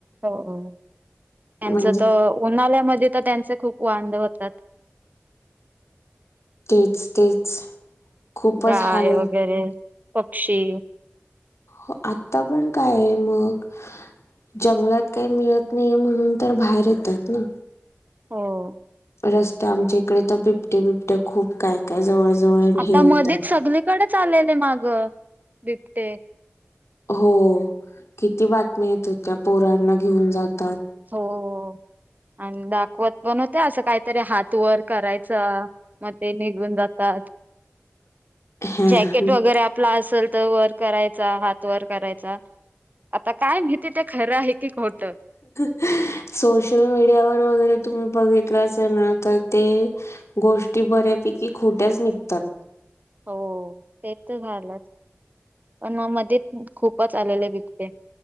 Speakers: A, on the right; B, on the left.
A: हो हो त्यांच
B: म्हणजे
A: त अ उन्हाल्यामध्ये तर त्यांचे खूप वांद होतात.
B: तेच तेच खूपच
A: गाय
B: हाल
A: वगैरे पक्षी
B: हो आता पण काय ये मग जंगलात काय मिळत नाय म्हणून तर बाहेर येतात ना
A: हो.
B: रस्ते आमच्या इकडे तर बिबट्ये बिपट्ये खूप काय काय जवळ जवळ हे
A: आता
B: होत
A: मधीत सगलीकडेचं आलेले माग बिबटे
B: हो किती बातमी येत होत्या पोरांना घेऊन जात
A: हो आणि दाखवत पण होत असं कायतरी हात वर करायचं म ते निघून जातात.
B: हां.
A: जॅकेट वगैरे आपला असल त वर करायचा. हात वर करायचा. आता काय मीती ते खरं हाय की खोटं
B: सोशल मीडियावर वगैरे तुम्ही बघितलं असल ना तर ते गोष्टी बऱ्यापैकी खोट्याच निघतात.
A: हो ते त झालंच. पण म मध्येत खूपच आलेले बिबटे,